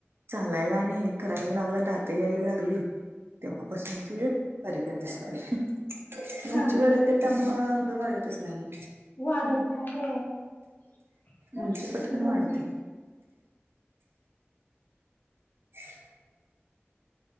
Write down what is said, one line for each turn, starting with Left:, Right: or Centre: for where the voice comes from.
Right: चालायला आणि हे करायला लागला दात यायला लागली तेव्हापासून त कारिकर दिसली मुर्ची
Left: हा हा
Right: वाढत ते त्या म अंग वाढतच नाही
Left: वाढत नाही हो काय
Right: उंची
Left: कस
Right: पटकन
Left: नाहीत
Right: वाढते
Left: मग
Right: <inaudible>